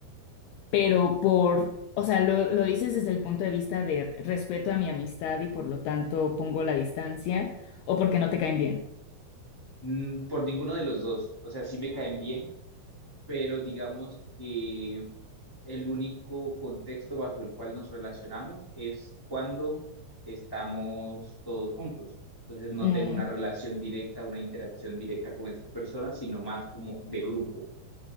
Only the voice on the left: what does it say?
pero por, o sea, lo, lo dices desde el punto de vista de respeto a mi amistad y por lo tanto pongo la distancia o porque no te caen bien.
Mm,